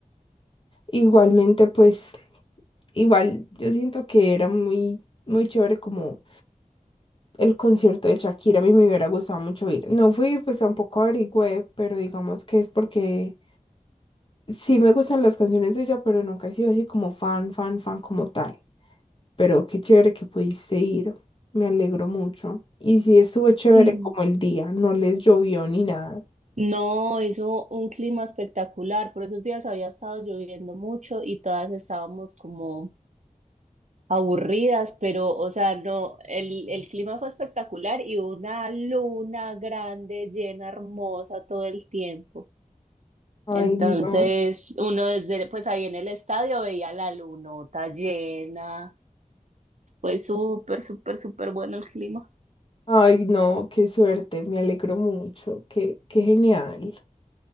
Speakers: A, on the left; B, on the right.
A: Igualmente, pues, igual, yo siento que era muy, muy chévere como el concierto de Shakira, a mí me hubiera gustado mucho ir. No fui, pues tampoco averigüé, pero digamos que es porque sí me gustan las canciones de ella, pero nunca he sido así como fan, fan, fan como tal. Pero qué chévere que pudiste ir, me alegro mucho. Y sí estuvo chévere
B: Sí.
A: como el día, no les llovió ni nada.
B: No, hizo un clima espectacular, por esos días había estado lloviendo mucho y todas estábamos como aburridas, pero, o sea, no, el, el clima fue espectacular y una luna grande, llena, hermosa todo el tiempo.
A: Ay,
B: Entonces,
A: no.
B: uno desde, pues ahí en el estadio veía la lunota llena. Fue súper, súper, súper bueno el clima.
A: Ay, no, qué suerte, me alegro mucho, qué, qué genial.